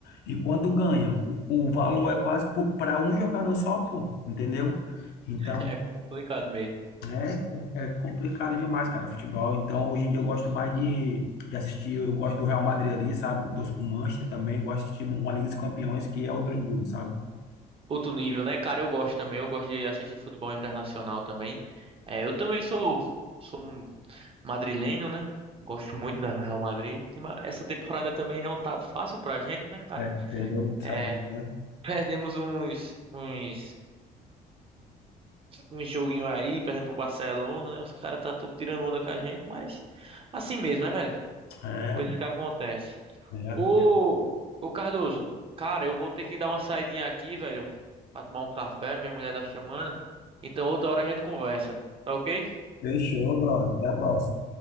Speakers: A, on the left (about 75°); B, on the right (about 35°).
A: E quando ganha, o, o valor é quase para um jogador só, pô, entendeu? Então,
B: <laughs> É complicado mesmo.
A: né? É, é complicado demais, cara, futebol. Então, hoje em dia eu gosto mais de, de assistir, eu gosto do Real Madrid ali, sabe? Torço pro Manchester também, gosto de assistir uma Liga dos Campeões que é outro nível, sabe?
B: Outro nível, né, cara? Eu gosto também. Eu gosto de assistir futebol internacional também. É, eu também sou, sou um madrilenho, né? Gosto muito da Real Madrid. O Essa temporada também não tá fácil pra gente, né, cara?
A: É, perdeu, sabe,
B: É,
A: né?
B: <laughs> perdemos uns, uns um joguinho aí, por exemplo, o Barcelona, né? Os caras tá tudo tirando onda com a gente, mas assim mesmo, né, velho?
A: É,
B: Coisas que acontecem.
A: é.
B: Ô, ô Cardoso, cara, eu vou ter que dar uma saidinha aqui, velho, pra tomar um café, minha mulher tá chamando. Então outra hora a gente conversa, tá ok?
A: Fechou, brother. Até a próxima.